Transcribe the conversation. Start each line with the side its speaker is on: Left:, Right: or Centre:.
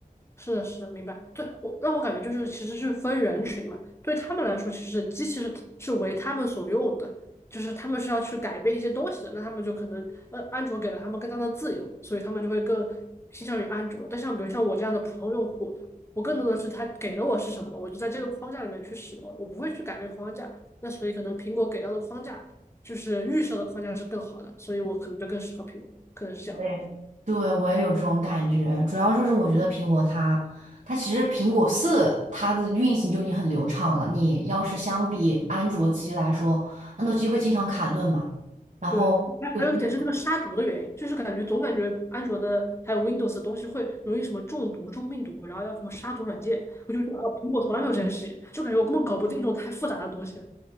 Left: 是的，是的，明白。对，我让我感觉就是，其实是分人群嘛。对他们来说，其实机器是是为他们所用的，就是他们是要去改变一些东西的。那他们就可能，呃，安卓给了他们更大的自由，所以他们就会更倾向于安卓。但像比如像我这样的普通用户，我更多的是他给了我是什么，我就在这个框架里面去使用，我不会去改变框架。那所以可能苹果给到的框架就是预设的框架是更好的，所以我可能就更适合苹果，可能是这样。
Right: 我也对，我也有这种感觉，主要就是我觉得苹果它，它其实苹果四它的运行就已经很流畅了。你要是相比安卓机来说，安卓机会经常卡顿嘛，然后会经
Left: 对，还还有一点是那个杀毒的原因，就是感觉总感觉安卓的还有 Windows 的东西会容易什么中毒、中病毒，然后要什么杀毒软件，我就觉得啊，苹果从来没有这件事情，就感觉我根本搞不定这种太复杂的东西。